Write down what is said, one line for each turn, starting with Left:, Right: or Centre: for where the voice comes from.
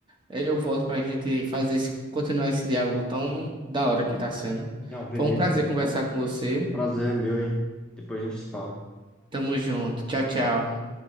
Right: aí eu volto pra gente fazer esse, continuar esse diálogo tão da hora que tá sendo.
Centre: Não, beleza.
Right: Foi um prazer conversar
Centre: Co-
Right: com você.
Centre: Prazer é meu, hein? Depois a gente se fala.
Right: Tamo junto. Tchau, tchau.